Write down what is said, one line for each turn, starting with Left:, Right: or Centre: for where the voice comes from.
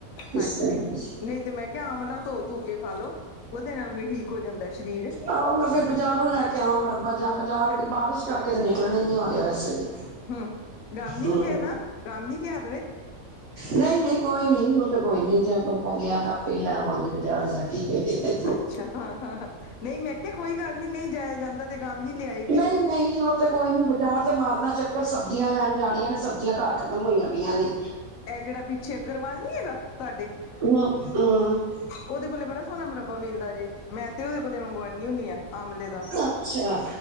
Right: ਇਸ
Left: ਹਾਂਜੀ
Right: ਕਰਕੇ।
Left: ਨਹੀਂ ਤੇ ਮੈਂ ਕਿਹਾ ਆਵਲਾ ਧੋ ਧੂ ਕੇ ਖਾ ਲੋ ਉਹਦੇ ਨਾਲ ਵੀ ਠੀਕ ਹੋ ਜਾਂਦਾ ਸ਼ਰੀਰ।
Right: ਆਓ ਨਾ ਫੇਰ ਬਾਜ਼ਾਰੋਂ ਲੈ ਕੇ ਆਵਾਂ ਮੁਰੱਬਾ ਜਾਂ ਬਾਜ਼ਾਰ ਬਾਰਿਸ਼ ਕਰਕੇ ਤੇ ਨਿਕਲਣ ਹੀ ਨੀ ਹੋ ਰਿਹਾ ਵੈਸੇ ਵੀ।
Left: ਹਮ ਗਾਮੀ
Right: ਹੂੰ
Left: ਨੂੰ ਕਹਿ ਦਾ ਗਾਮੀਨੀ ਲਿਆ ਦੇਵੇ।
Right: ਨਹੀਂ ਨਹੀਂ ਕੋਈ ਨੀ ਔਹ ਤੇ ਕੋਈ ਨੀ ਜੇ ਬੰਦਾ ਗਿਆ ਤਾਂ ਆਪੇ ਹੀ ਲੈਵਾਂਗੀ ਬਾਜ਼ਾਰ ਜਾ ਕੇ ਹਾ ਹਾ ਹਾ <unintelligible>
Left: ਅੱਛਾ ਹਾਂ ਹਾਂ ਹਾਂ ਨਹੀਂ ਮੈਂ ਕਿਹਾ ਕੋਈ ਗੱਲ ਨਹੀਂ ਨਹੀਂ ਜਾਇਆ ਜਾਂਦਾ। ਤੇ ਗਾਮਨੀ ਲਿਆਏਗੀ
Right: ਨਹੀਂ ਨਹੀਂ ਔਹ ਤੇ ਕੋਈ ਨੀ ਬਾਜ਼ਾਰ ਤੇ ਮਾਰਨਾ ਚੱਕਰ ਸਬਜ਼ੀਆਂ ਲੈਣ ਜਾਣੀਆਂ ਨੇ ਸਬਜ਼ੀਆਂ ਘਰ ਖ਼ਤਮ ਹੋਈਆਂ ਪਈਆਂ ਨੇ।
Left: ਇਹ ਜਿਹੜਾ ਪਿੱਛੇ ਅੱਗਰਵਾਲ ਨੀ ਹੈਗਾ ਤੁਹਾਡੇ।
Right: ਉਹਹਾਂ। <unintelligible>
Left: ਉਹਦੇ ਕੋਲੇ ਬੜਾ ਸੋਹਣਾ ਮੁਰਬਾ ਮਿਲਦਾ ਜੇ ਮੈਂ ਤੇ ਉਹਦੇ ਕੋਲੇ ਮੰਗਵਾਂਦੀ ਹੁੰਦੀ ਆ। ਆਮਲੇ ਦਾ
Right: ਅੱਛਾ,